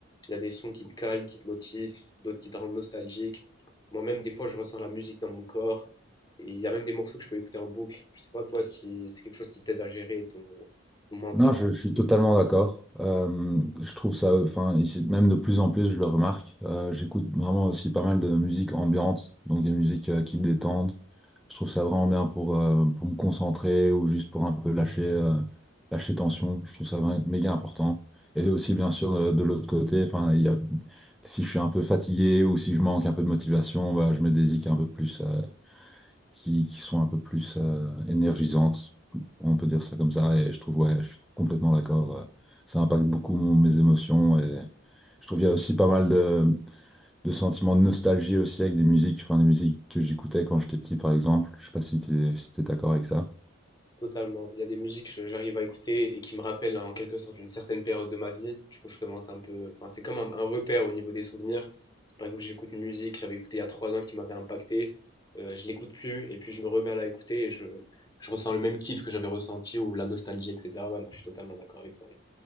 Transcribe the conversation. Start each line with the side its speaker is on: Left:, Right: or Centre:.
Left: Il y a des sons qui te calment, qui te motivent, d'autres qui te rendent nostalgique. Moi-même, des fois, je ressens la musique dans mon corps. Et il y a même des morceaux que je peux écouter en boucle. Je sais pas toi si c'est quelque chose qui t'aide à gérer ton, ton mental
Centre: Non, je, je suis totalement d'accord. Euh, je trouve ça, enfin, ici- même de plus en plus, je le remarque. Euh, j'écoute vraiment aussi pas mal de musique ambiante, donc des musiques euh, qui détendent. Je trouve ça vraiment bien pour, euh, pour me concentrer ou juste pour un peu lâcher, euh, lâcher tension. Je trouve ça vra- méga important. Et aussi, bien sûr, euh, de, l'autre côté, enfin, il y a, si je suis un peu fatigué ou si je manque un peu de motivation, bah, je mets des zik un peu plus. euh, qui, qui sont un peu plus euh, énergisantes, on peut dire ça comme ça, et je trouve, ouais, je suis complètement d'accord, euh, ça impacte beaucoup mon- mes émotions, et je trouve qu'il y a aussi pas mal de, de sentiments de nostalgie aussi avec des musiques, enfin des musiques que j'écoutais quand j'étais petit par exemple, je sais pas si t'es, si t'es d'accord avec ça.
Left: totalement. Il y a des musiques que j'arrive à écouter et qui me rappellent en quelque sorte une certaine période de ma vie. Du coup, je commence un peu. Enfin, c'est comme un, un repère au niveau des souvenirs. Par exemple, j'écoute une musique que j'avais écoutée il y a trois ans qui m'avait impacté. euh, je l'écoute plus et puis je me remets à la écouter et je, je ressens le même kiff que j'avais ressenti ou la nostalgie, etc. Ouais, non, je suis totalement d'accord avec toi.